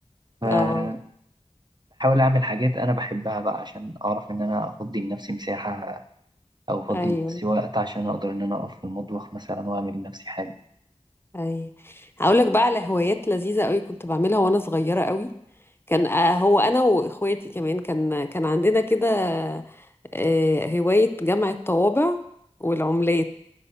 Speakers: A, on the right; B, on the left.
A: فبحاول
B: اه
A: اعمل حاجات انا بحبها بقى عشان اعرف ان انا افضي لنفسي مساحه او افضي
B: ايوه
A: لنفسي وقت عشان اقدر ان انا اقف في المطبخ مثلا واعمل لنفسي حاجه
B: اي هقول لك بقى على هوايات لذيذه قوي كنت بعملها وانا صغيره قوي كان آه، هو انا واخواتي كمان كان كان عندنا كده آه، هوايه جمع الطوابع والعملات